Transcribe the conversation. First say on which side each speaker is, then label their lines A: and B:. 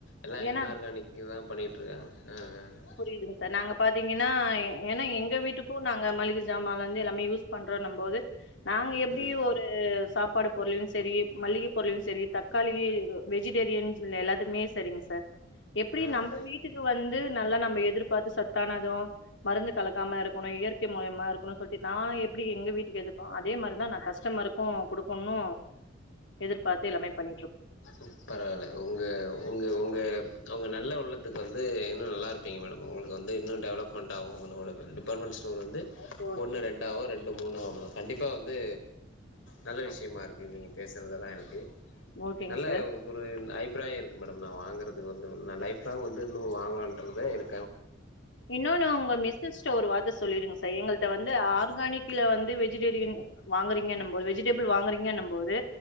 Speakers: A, on the left (about 85°); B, on the left (about 65°).
A: எல்லா
B: ஏன்னா
A: இன் ஆர்கானிக் தா பண்ணிட்ருக்காங் அ அ அ
B: புரிதுங் சார் நாங்க பாத்திங்கனா ஏ ஏனா எங்க வீட்டுக்கு நாங் அ மளிக சாமான்லந்து எல்லாமே யூஸ் பண்றோன்ன போது நாங்க எப்டி
A: ம்
B: ஒரு அ சாப்பாடு பொருளையு செரி மளிக பொருளையு செரி தக்காளிகி கு வெஜிடேரியன்ஸ் இல்ல எல்லாத்துக்மே செரிங்ஸ் த எப்பிடி
A: ம்
B: நம்ப வீட்டுக்கு வந்து நல்லா நம்ப எதிர்பாத்து சத்தான அதுவு மருந்து கலக்காம இருக்குணு இயற்கை மூலியமா இருக்குணு சொல்ட்டி நா எப்டி எங்க வீட்டுக்கு எத்துட்போ அதே மாரிதா நா கஸ்டமருக் கு குடுக்குண்ணு எதிர்பாத்து எல்லாமே பண்ணி
A: ம் பரவால்ல உங்கவ் உங்க உங்க உங்க நல்ல உள்ளத்துக்கு வந்து இன்னு நல்லா இருப்பீங்க மேடம் உங்குளுக்கு வந்து இன்னு டெவலப் மெண்ட் ஆவு உங்களோடது டிபாட்மெண் ஸ்டோர் வந்து
B: ஓகே ஓகே
A: ஒன்னு ரெண்டு ஆவு ரெண்டு மூணு ஆவு மேடம் கண்டிப்பா வந்து நல்ல விஷ்யமா இருக்கு நீங்க பேசறதெல்லா எனக்கு.
B: ஓகேங்க
A: நல்லவ்
B: சார்
A: ஒருன் அயிப்ராய இருக்கு மேடம் நா வாங்கறதுக்கு வந்து ஒரு நா லைஃப் லாங் வந்து இன்னு வாங்கலான்ட்ருக்து இரு
B: இன்னோனு உங்க மிசஸ்ட ஒரு வார்த்த சொல்லிடுங்க சார் எங்கள்ட்ட வந்து ஆர்கானிக் கில வந்து வெஜிடேரியன் வாங்கறிங்கன்னும் போ வெஜிடபிள் வாங்கறிங்கன்னும் போது